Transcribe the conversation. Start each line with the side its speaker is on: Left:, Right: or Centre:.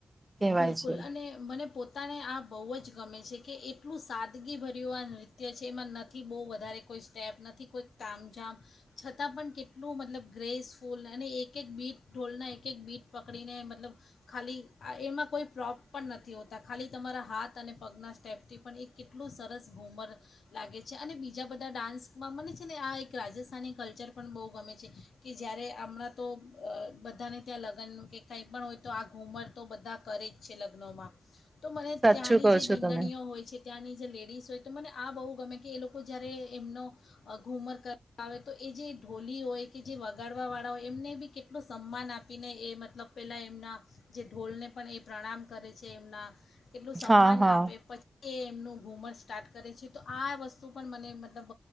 Right: કહેવાય
Left: બિલકુલ
Right: છે
Left: અને મને પોતાને આ બવ જ ગમે છે કે એ કેટલું સાદગીભર્યું આ નૃત્ય છે એમાં નથી બહુ વધારે કોઈ સ્ટેપ નથી કોઈક તામજામ છતાં પણ કેટલું મતલબ ગ્રેસફૂલ અને એક-એક બીટ ઢોલના એક એક બીટ પકડીને મતલબ ખાલી આ એમાં કોઈ પ્રોપ પણ નથી હોતા ખાલી તમારા હાથ અને પગના સ્ટેપથી પણ એક કેટલું સરસ ઘૂમર લાગે છે અને બીજા બધા ડાન્સમાં મને છે ને આ એક રાજસ્થાની કલ્ચર પણ બહુ ગમે છે કે જ્યારે હમણાં તો અ બધાને ત્યાં લગ્નનું કે કાંઈ પણ હોય તો આ ઘૂમર તો બધા કરે જ છે લગ્નોમાં. તો મને
Right: સાચું
Left: ત્યાંની
Right: કહો
Left: જે
Right: છો
Left: બીંદણીઓ
Right: તમે
Left: હોય છે ત્યાંની જે લેડીઝ ય તો મને આ બહુ ગમે કે એ લોકો જ્યારે એમનો અ ઘૂમર કરવા આવે તો એ જે ઢોલી હોય કે જે વગાડવાવાળા હોય એમને બી કેટલો સન્માન આપીને એ મતલબ પહેલાં એમના જે ઢોલને પણ એ પ્રણામ કરે છે એમના. કેટલું સન્માન
Right: હા હા
Left: આપે પછી એમનું ઘુમસ સ્ટાર્ટ કરે છે તો આ વસ્તુ પણ મને મતલબ